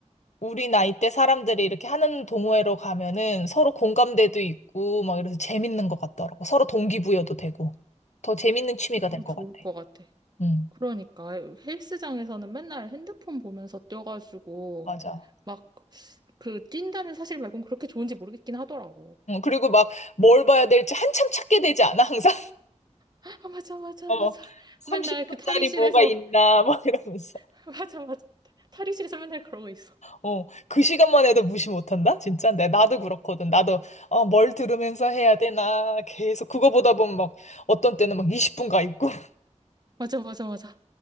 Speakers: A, on the left (about 70°); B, on the right (about 35°).
A: 우리 나이 대 사람들이 이렇게 하는 동호회로 가면은 서로 공감대도 있고 막 이래서 재밌는 것 같더라고. 서로 동기부여도 되고. 더 재밌는 취미가
B: <laughs>
A: 될
B: 너무
A: 것
B: 좋을
A: 같아.
B: 것 같아.
A: 응,
B: 그러니까 헬스장에서는 맨날 핸드폰 보면서 뛰어가지고
A: 맞아.
B: 막 그 뛴다는 사실 말고는 그렇게 좋은지 모르겠긴 하더라고.
A: 응, 그리고 막 뭘 봐야 될지 한참 찾게 되지 않아? 항상?
B: 아 맞아 맞아
A: 어,
B: 맞아.
A: 30분짜리
B: 맨날 그 탈의실에서
A: 뭐가 있나, 막 <laughs> 이러면서.
B: <laughs> 맞아 맞아. 탈의실에서 맨날 그러고 있어.
A: 어, 그 시간만 해도 무시 못한다? 진짜? 내, 나도 그렇거든. 나도, 어, 뭘 들으면서 해야 되나. 계속 그거 보다 보면 막, 어떤 때는 막 20분 가 있고. <laughs>
B: 맞아 맞아 맞아.